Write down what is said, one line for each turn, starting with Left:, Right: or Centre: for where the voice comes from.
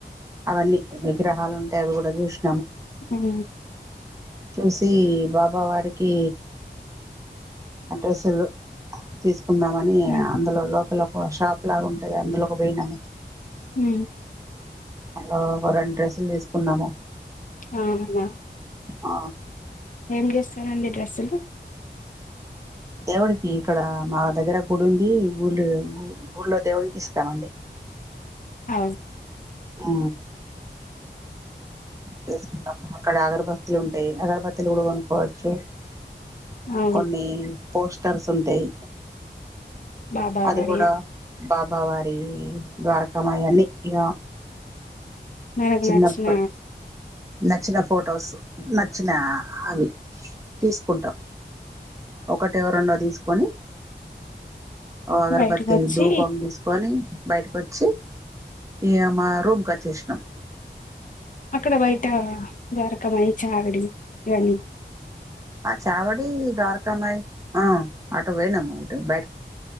Right: అవన్నీ విగ్రహాలు <unintelligible>
Left: హు
Right: చూసి బాబ వారికి అడ్రస్లు తీస్ కుందామని
Left: హ్మ్
Right: అందులో లోప ఒక షాప్ ఇలాగ ఉంటది అందులో ఒక పోయినాము
Left: హు
Right: అ ఒక రెండు డ్రెస్సులు తీసుకున్నాము
Left: ఆన
Right: అ
Left: ఏం చేస్తారండి డ్రస్సులు
Right: దేవుడికి ఇక్కడ మా దగ్గర గుడి ఉంది గుళ్ళ గుళ్ళో దేవుడికి ఇస్తామండి
Left: అ
Right: ఆ చేసుకుంటాము అక్కడ అగరబత్లు ఉంటాయి అగరబత్తీలు కూడా కొనుక్కోవచ్చు
Left: అవును
Right: కొన్ని పోస్టర్స్ ఉంటాయి
Left: బాబా
Right: అది
Left: వాడి
Right: కూడా బాబావారి ద్వారకామా అన్నీ ఇక
Left: మనకు
Right: చిన్నప్పుడు
Left: నచ్చిన
Right: నచ్చిన ఫొటోస్ నచ్చిన అవి తీసుకుంటాం ఒకటో రెండో తీసుకొని ఓ అగరబత్తి
Left: బయటకు వచ్చి
Right: ధూపం తీసుకొని బయటకు వచ్చి ఈ మా రూమ్కి వచ్చేసాం
Left: అక్కడ బయట వరకంయ చారడి ఇవని
Right: ఆ చావడి ద్వార్కమయి ఆ అటు పోయినము బ